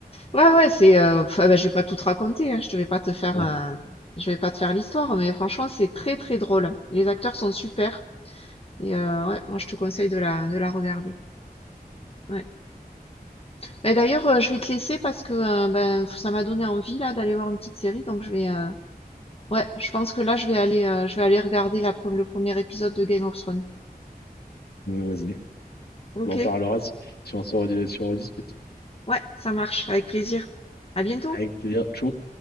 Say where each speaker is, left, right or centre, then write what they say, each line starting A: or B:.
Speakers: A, on the left; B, on the left.
A: Ouais, ouais, c'est, euh, pff, ben, je vais pas tout te raconter, hein, je te vais pas te faire,
B: Ouais,
A: euh, je vais pas te faire l'histoire, mais franchement, c'est très, très drôle. Les acteurs sont super. Et heu, ouais, moi je te conseille de la de la regarder. Ouais. Bah, d'ailleurs, heu, je vais te laisser parce que, heu, ben, ça m'a donné envie là d'aller voir une petite série donc je vais, heu, ouais, je pense que là je vais aller, heu, je vais aller regarder la pre le premier épisode de Game of Thrones.
B: mais vas-y.
A: OK,
B: On en parlera si, si on se redis- si on rediscute.
A: ouais, ça marche, avec plaisir. À bientôt.
B: Avec plaisir. Tchou.